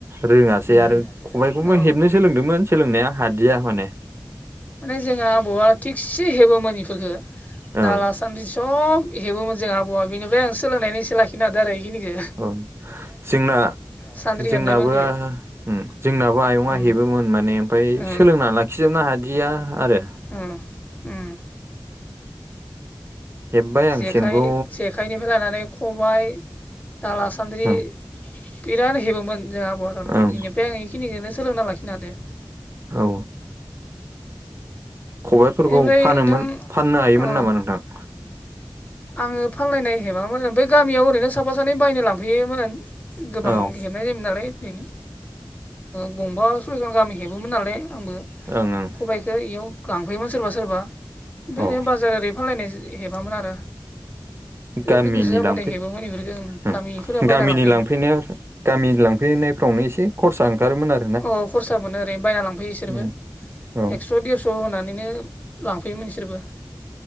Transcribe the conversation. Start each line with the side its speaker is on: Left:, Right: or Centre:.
Right: रोङासै
Left: उम
Right: आरो खबाइखौबो
Left: औ
Right: हेबनो सोलोंदोंमोन सोलोंनाया हादिया माने
Left: माने जोङो आबौआ थिसे हेबोमोन बेफोरखौ
Right: ओं
Left: दाला- सान्दि सब हेबोमोन जोंहा आबौआ बेनिफ्राय आं सोलोंनानैसो लाखिना हादों आरो बेखिनिखो
Right: औ जोंना
Left: सान्द्रि
Right: जोंनाबो
Left: हेबनायफोरखो
Right: उम जोंनाबो आयंआ
Left: उम
Right: हेबोमोन माने ओमफ्राय
Left: औ
Right: सोलोंना ला खिजोबनो हादिया आरो
Left: अ उम
Right: हेब्बाय
Left: जेखाइ
Right: आं सेनखौ
Left: जेखाइनिफ्राय लानानै खबाय दाला सान्द्रि
Right: ओं
Left: बिराद हेबोमोन जोंना आबौआ थारमाने
Right: ओं
Left: इनिफ्राय आं बेखिनिखौनो सोलोंना लाखिनो हादों
Right: औ खबायफोरखौ
Left: इनिफ्राय
Right: फानोमोन
Left: नोंथां
Right: फाननो हायोमोन
Left: औ
Right: नामा नोंथां?
Left: आङो फानलायनाय हेबामोन अमफ्राय गामियाव ओरैनो साफा सानै बायनो लांफैयोमोन गोबां
Right: औ
Left: हेबनाय जायोमोन नालाय ओरैनो गंबा सयखान गामि हेबोमोन नालाय आंबो।
Right: ओं ओं
Left: खबायाइ बे इयाव लांफैयोमोन सोरबा सोरबा। ओमफ्राय
Right: औ
Left: बाजार ओरै फानलायनाय हेबामोन आरो।
Right: गामिनि
Left: ओरैनो गोसो जाबाथाय
Right: लांफै
Left: हेबोमोन बेफोरखौ ओं
Right: उम।
Left: गामिफोरा बायना
Right: गामिनि
Left: लांफैयोमोन
Right: लांफैनायाव गामि लांफैनायफ्रावनो एसे खरसा ओंखारोमोन आरो?
Left: अ खरसा मोनो। ओरैनो बायना लांफैयो इसोरबो
Right: उम औ
Left: एक्स' देरस' स' होनानैनो लांफैयोमोन बिसोरबो।